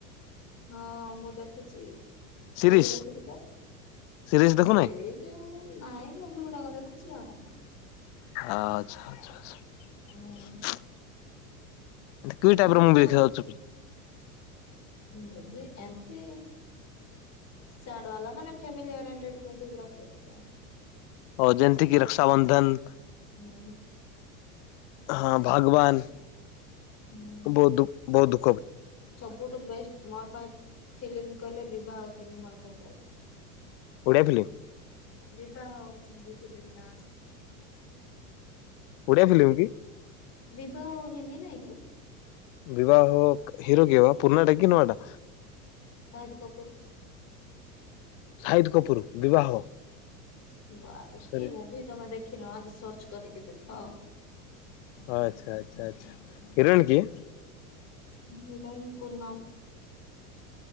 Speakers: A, on the left; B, on the left.
A: ହଁ ମୁଁ ଦେକୁଚି।
B: ସିରିଜ
A: ମୁଁ ବି ଦେଖୁତିତ
B: ସିରିଜ ଦେଖୁନାହିଁ
A: ସେଇ ଯୋଉ ନାଇଁ ମୁଭି ଗୁଡାକ ଦେଖୁଚି ଆଉ।
B: ଆଚ୍ଛା ଛା ଛା।
A: ହୁଁ
B: କି ଟାଇପ
A: ମୁଁ
B: ର
A: କିନ୍ତୁ
B: ମୁଭି ଦେଖିବାକୁ ଯାଉଚ।
A: ମୁଭି ଏମତି ସ୍ୟାଡେ ବାଲା ମାନେ ଫାମିଲି ଏରେଣ୍ଟେଡ ମୁଭି ଗୁଡାକ ଦେଖୁଚି ଆଉ।
B: ଅ ଯେମିତି କି ରକ୍ଷାବନ୍ଧନ।
A: ହୁଁ।
B: ହଁ ଭଗବାନ।
A: ହୁଁ
B: ବଉଦୁ ବଉଦୁ
A: ସବୁଠୁ ବେଷ୍ଟ ମୋର ପାଇଁ ଫିଲ୍ମ। କହିଲ ବିବାହ ଫିଲିମ ମୋର ଫେବରାଇଟ।
B: ଓଡ଼ିଆ ଫିଲ୍ମ
A: ବିବାହ। ଫିଲିମ ଟା।
B: ଓଡିଆ ଫିଲ୍ମ କି?
A: ବିବାହ ହିନ୍ଦୀ ନାଇକି।
B: ବିିବାହ ହିରୋକିଏବା ପୁରୁଣା ଟା କି ନୂଆଟା।
A: ସାଇର କପୁର।
B: ସାହିଦ୍ କପୁର ବିବାହ।
A: ବାକି
B: ସରି
A: ମୁଭି ତମେ ଦେଖ ଖିନ ଆଜି ସର୍ଚ୍ଚ କରିକି ଦେଖ ଆଉ।
B: ଓ ଆଚ୍ଛା। ଆଚ୍ଛା। ହିରୋଇନ କିଏ?
A: ହିରୋଇନ୍ ପୂନମ୍।